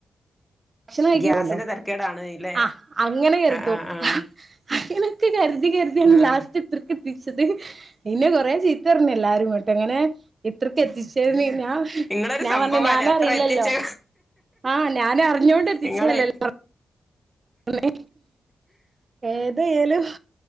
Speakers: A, on the right; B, in the centre.
A: ഭക്ഷണം കഴിക്കും
B: ഗ്യാസിന്റെ
A: പോലോ
B: തരക്കേടാണ് ഇല്ലേ
A: ആ അങ്ങനെ കരുതും
B: ആഹ് ആഹ് ആഹ്
A: അങ്ങനക്കെ കരുതി കരുതിയാണ്
B: ആഹ്
A: ലാസ്റ്റ് ഇത്രക്ക് എത്തിച്ചത് ഇന്നെ കൊറെ ചീത്ത പറഞ്ഞ് എല്ലാവാരുഇട്ട് അങ്ങനെ ഇത്രക്ക് എത്തിച്ചതിന് ഞാ ആ
B: ഇങ്ങളൊരു
A: ഞാൻ
B: സംഭവല്ലേ
A: പറഞ്ഞ ഞാന
B: അത്ര
A: അറിയില്ലല്ലോ
B: എത്തിച്ചേ
A: ആഹ് ഞാന അറിഞ്ഞോണ്ട് എത്തിച്ചല്ലല്ലോ
B: നിങ്ങളെ
A: അമ്മേ ഏതായാലും